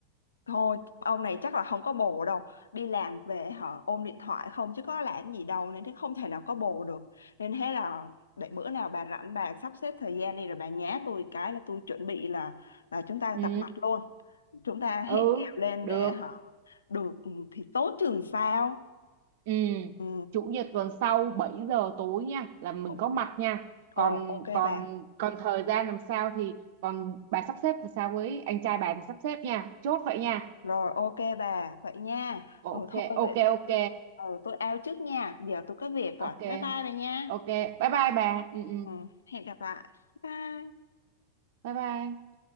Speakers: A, on the left; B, on the right.
A: Thôi ông này chắc là không có bồ đâu Đi làm về họ ôm điện thoại không Chứ có làm gì đâu Nên thế không thể nào có bồ được Nên thế là để bữa nào bà rảnh bà sắp xếp thời gian đi Rồi bà nhá tôi cái là tôi chuẩn bị là Là chúng ta
B: ừ
A: gặp mặt luôn Chúng ta hẹn
B: ừ
A: kèo lên
B: được
A: để họ Được ừ, thì tốt chừng sao
B: ừ
A: Ừ
B: chủ nhật tuần sau 7 giờ tối nha là mình
A: Ồ,
B: có mặt nha
A: ồ,
B: còn
A: ok
B: còn
A: bà
B: còn thời gian làm sao thì còn bà sắp xếp làm sao với anh trai bà thì sắp xếp nha chốt vậy nha
A: Rồi ok bà, vậy nha. Ừ
B: ok
A: thôi vậy
B: ok
A: thôi
B: ok
A: tôi ừ, tôi out trước nha. Giờ tôi có việc rồi.
B: ok
A: Bye bye bà nha.
B: ok bye bye bà ừ ừ
A: Ừ, hẹn gặp lại. Bye.
B: bye bye